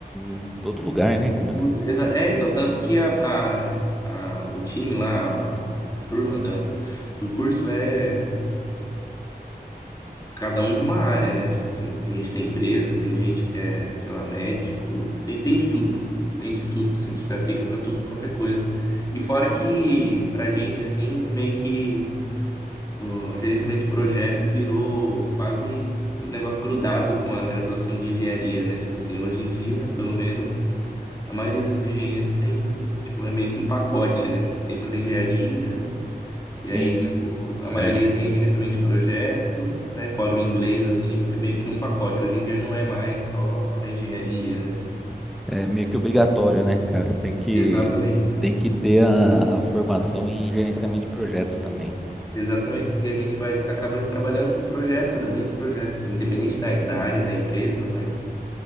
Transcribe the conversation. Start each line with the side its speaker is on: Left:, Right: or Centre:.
Centre: em todo lugar, né,
Left: De
Centre: cara?
Left: tudo. Exa- É, então, tanto que a, a, a- o time lá, a, a turma da, do curso é cada um de uma área, né? Tipo assim, tem gente que tem empresa, tem gente que é, sei lá, médico, tem, tem de tudo. Tem de tudo, assim, tipo, você aplica pra tudo quanto é coisa. E fora que, pra gente, assim, meio que. o gerenciamento de projeto virou quase um negócio grudado com a graduação de engenharia, né? Tipo assim, hoje em dia, pelo menos, a maioria dos engenheiros tem, tipo, é meio que um pacote, né? Tipo, Você tem que fazer engenharia, e
Centre: Sim.
Left: aí, tipo, a maioria
Centre: É,
Left: tem gerenciamento de projeto, né? Fora o inglês, assim, é meio que um pacote. Hoje em dia não é mais só a engenharia, né?
Centre: é meio que obrigatório, né, cara? Você tem que,
Left: Exatamente.
Centre: tem que ter a, a formação em gerenciamento de projetos também.
Left: Exatamente, porque a gente vai acaba trabalhando com projeto, né? Muito projeto, independente da, da área da empresa, mas